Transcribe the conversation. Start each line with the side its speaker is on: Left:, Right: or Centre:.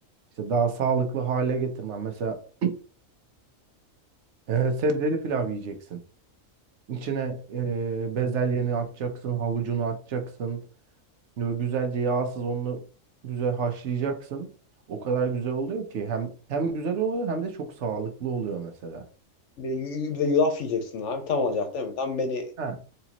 Right: işte daha sağlıklı hale getirmen. Mesela Ee, sebzeli pilav yiyeceksin. İçine e, bezelyeni atacaksın, havucunu atacaksın. Böyle güzelce yağsız onu güzel haşlayacaksın. O kadar güzel oluyor ki hem hem güzel oluyor hem de çok sağlıklı oluyor mesela.
Left: Bir de, yu- bir de yulaf yiyeceksin abi. Tam olacak değil mi? Tam beni
Right: Ha.